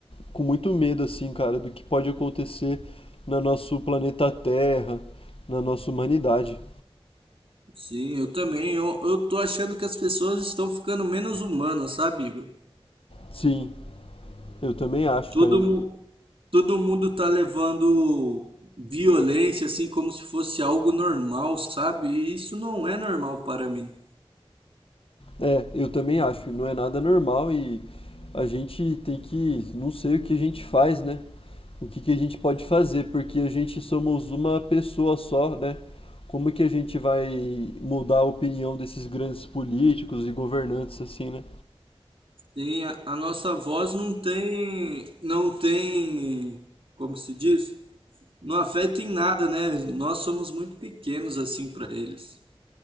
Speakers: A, on the left; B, on the right.
A: com muito medo, assim, cara, do que pode acontecer na nosso planeta Terra, na nossa humanidade.
B: Sim, eu também. Eu, eu tô achando que as pessoas estão ficando menos humanas, sabe, Igor?
A: Sim, eu também acho,
B: Todo,
A: cara.
B: mu- todo mundo tá levando violência assim como se fosse algo normal, sabe? E isso não é normal para mim.
A: É, eu também acho. Não é nada normal e a gente tem que, não sei o que a gente faz, né? O que que a gente pode fazer, porque a gente somos uma pessoa só, né? Como que a gente vai mudar a opinião desses grandes políticos e governantes assim, né?
B: Tem, a, a nossa voz não tem, não tem, como se diz? Não afeta em nada, né? Nós somos muito pequenos assim para eles.